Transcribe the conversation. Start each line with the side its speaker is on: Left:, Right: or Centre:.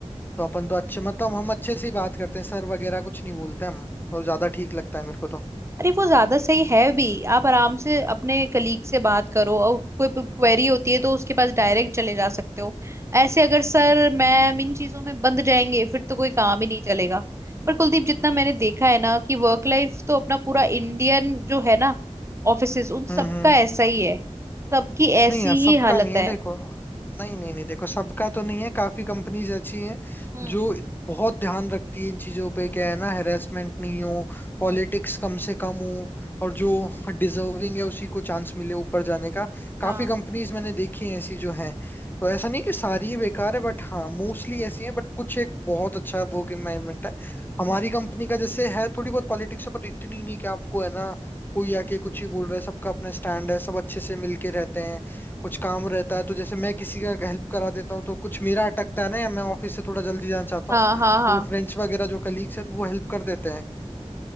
Left: तो अपन तो अच्छे मतलब हम अच्छे से ही बात करते हैं सर वगैरह कुछ नहीं बोलते हम और ज्यादा ठीक लगता है मेरे को तो
Right: अरे वो ज्यादा सही है भी आप आराम से अपने कलीग से बात करो और कोई क्वेरी होती है तो उसके पास डायरेक्ट चले जा सकते हो ऐसे अगर सर मैम इन चीजों में बंद जाएंगे फिर तो कोई काम ही नहीं चलेगा पर कुलदीप जितना मैंने देखा है ना कि वर्क लाइफ तो अपना पूरा इंडियन जो है ना ऑफिसेज उन
Left: हम्म
Right: सबका
Left: हम्म
Right: ऐसा ही है सबकी ऐसी
Left: नहीं यार सबका
Right: ही हालत
Left: नहीं
Right: है
Left: है देखो नहीं नहीं नहीं देखो सबका तो नहीं है काफी कंपनीज अच्छी हैं
Right: हम्म
Left: जो बहुत ध्यान रखती है इन चीजों पे क्या है ना हेरासमेंट नहीं हो पॉलिटिक्स
Right: हम्म
Left: कम से कम हो और जो डिजर्विंग है उसी को चांस मिले ऊपर जाने का काफी
Right: हाँ
Left: कंपनीज मैंने देखी हैं ऐसी जो हैं तो ऐसा नहीं कि सारी ही बेकार है बट हाँ मोस्टली ऐसी हैं बट कुछ एक बहुत अच्छा वर्क एनवायरमेंट है हमारी
Right: हम्म
Left: कंपनी का जैसे है थोड़ी बहुत पॉलिटिक्स है पर इतनी नहीं कि आपको है ना कोई आके कुछ ही बोल रहा है सबका अपना स्टैंड है सब अच्छे से मिलके रहते हैं कुछ काम रहता है तो जैसे मैं किसी का हेल्प करा देता हूँ तो कुछ मेरा अटकता है ना या मैं ऑफिस से थोड़ा जल्दी जाना चाहता
Right: हाँ
Left: हूँ
Right: हाँ हाँ
Left: तो वो फ्रेंड्स वगैरह जो कलीग्स है तो वो हेल्प कर देते हैं